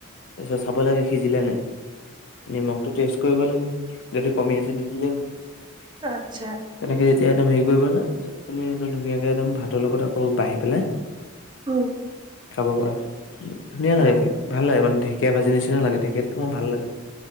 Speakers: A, on the left; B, on the right.
A: তাৰপিছত চাব লাগে সিজিলে নাই নিমখ টো টেষ্ট কৰিব লাগে যদি কমি আছে দি দিলে হল। তেনেকে
B: আচ্ছা
A: যেতিয়া একদম হেৰি কৰিব তুমি একদম ধুনীয়াকে একদম ভাতৰ লগত আকৌ বাঢ়ি পেলাই
B: উম
A: খাব পাৰা ধুনীয়া
B: অ
A: লাগে খাই। ভাল লাগো মানে ঢেকীয়া ভাজি নিচিনা লাগে ঢেকিয়াতকো মোৰ ভাল লাগে।